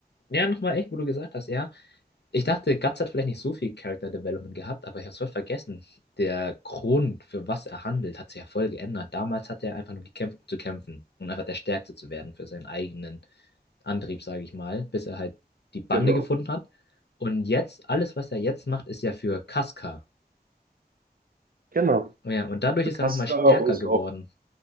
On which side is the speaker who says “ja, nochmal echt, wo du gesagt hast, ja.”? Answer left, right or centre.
Left